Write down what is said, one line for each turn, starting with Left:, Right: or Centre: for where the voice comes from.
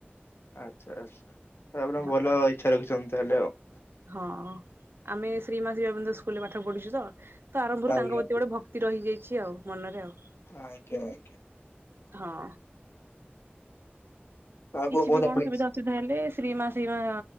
Left: ଆଛା ଆଛା, <unintelligible> ଆପଣ
Right: ହଁ।
Left: ଭଲ ଇଛା ରଖିଛନ୍ତି ତାହେଲେ ଆଉ
Right: ହଁ, ଆମେ ଶ୍ରୀ ମା ଅରବିନ୍ଦ ସ୍କୁଲରେ ପାଠ ପଢ଼ିଛୁ ତ, ତ ଆରମ୍ଭରୁ
Left: ଆଜ୍ଞା
Right: ତାଙ୍କ ପ୍ରତି ଗୋଟେ ଭକ୍ତ ତି ରହିଯାଇଛି ଆଉ, ମନରେ ଆଉ
Left: ଆଜ୍ଞା ଆଜ୍ଞା।
Right: ହଁ ଅ।
Left: ଆଉ
Right: କିଛି
Left: କୁହନ୍ତୁ
Right: ବି କଣ
Left: ଆପଣ
Right: ସୁବିଧା ଅସୁବିଧା ହେଲେ ଶ୍ରୀମା, ଶ୍ରୀମା